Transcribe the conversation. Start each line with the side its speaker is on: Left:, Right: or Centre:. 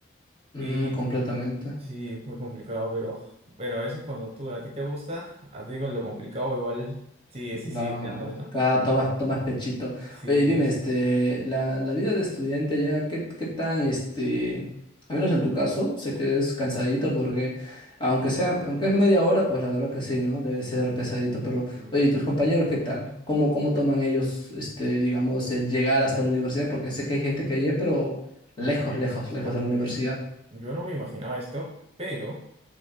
Left: Mm,
Right: Y
Left: completamente.
Right: sí, es muy complicado, pero, pero eso es cuando tú, a ti te gusta, a ti con lo complicado igual, sí,
Left: La...
Right: sí, sí, dándole, ¿no?
Left: Ah, tomas, tomas pechito.
Right: Sí,
Left: Oye, y dime,
Right: es,
Left: este, la, la vida de estudiante ya, ¿qué, qué tan, este, al menos en tu caso, sé que es cansadito porque, aunque sea, aunque es media hora, pues la verdad que sí, ¿no? Debe ser pesadito, pero,
Right: sí,
Left: oye, ¿y tus compañeros qué tal? ¿Cómo, cómo toman ellos, este, digamos, el llegar hasta la universidad? Porque sé que hay gente que vive, pero lejos,
Right: sí, eso
Left: lejos,
Right: es cierto,
Left: lejos de la universidad.
Right: mira, yo no me imaginaba esto, pero...